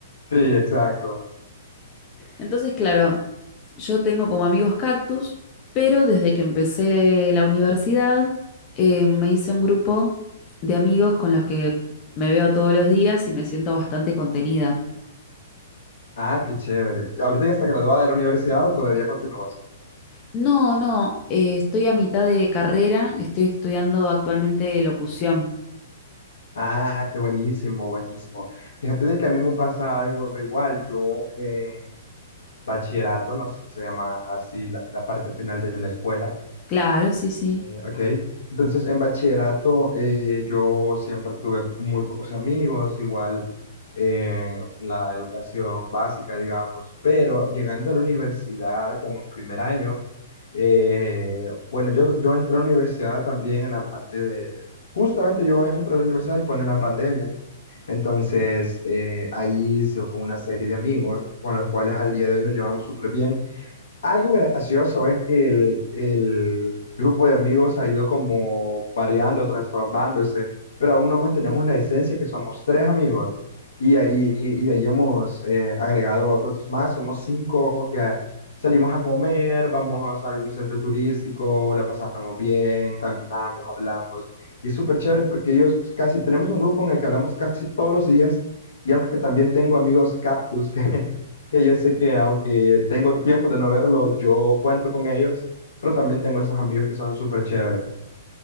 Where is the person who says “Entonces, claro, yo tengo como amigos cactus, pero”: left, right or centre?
Left